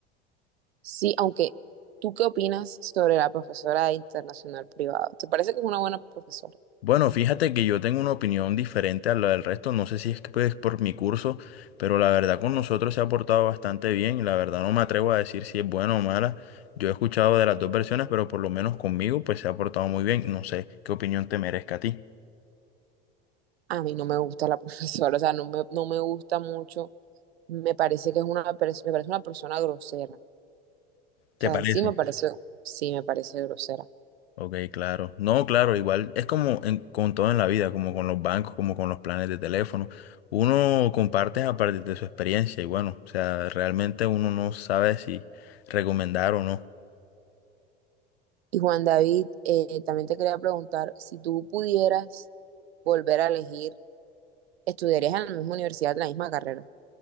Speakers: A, on the right (about 75°); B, on the left (about 75°).
A: Sí, aunque, ¿tú qué opinas sobre la profesora de internacional privada? ¿Te parece que es una buena profesora?
B: Bueno, fíjate que yo tengo una opinión diferente a la del resto, no sé si es que pues, por mi curso, pero la verdad con nosotros se ha portado bastante bien y la verdad no me atrevo a decir si es buena o mala. Yo he escuchado de las dos versiones, pero por lo menos conmigo pues se ha portado muy bien, no sé qué opinión te merezca a ti.
A: A mí no me gusta la <laughs> profesora, o sea, no me, no me gusta mucho. Me parece que es una, pers- me parece una persona grosera. O sea,
B: ¿Te parece?
A: en sí me parece, sí me parece grosera.
B: Ok, claro. No, claro, igual es como en- con todo en la vida, como con los bancos, como con los planes de teléfono. Uno comparte a partir de su experiencia y bueno, o sea, realmente uno no sabe si recomendar o no.
A: Y Juan David, eh, también te quería preguntar, si tú pudieras volver a elegir, ¿estudiarías en la misma universidad, en la misma carrera?